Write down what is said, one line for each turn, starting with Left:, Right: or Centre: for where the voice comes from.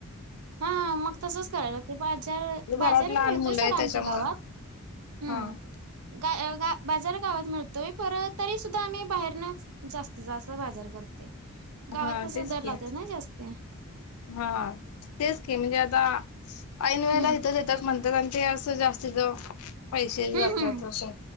Right: हा मंग तसंच करायला लागते बाजार
Left: घरात
Right: बाजार
Left: लहान
Right: मिळतोय
Left: मुलं
Right: सोडा
Left: आहे
Right: आमच्या
Left: त्याच्यामुळं.
Right: गावांत. हम्म.
Left: हा
Right: गा बाजार गावांत मिळतोय परत तरी सुद्धां आम्हीं बाहेरून जास्तीत जास्तं बाजार भरतोय. गावांत
Left: हा
Right: कसं
Left: तेच
Right: दर
Left: की
Right: लावताय ना जास्तं.
Left: हा तेचं की म्हणजे आता ऐनवेळेला
Right: हम्म
Left: इथ तीतेचं म्हण. लंत अस अस जास्ती त <unintelligible> पैसे
Right: हम्म
Left: जातात
Right: हम्म
Left: असं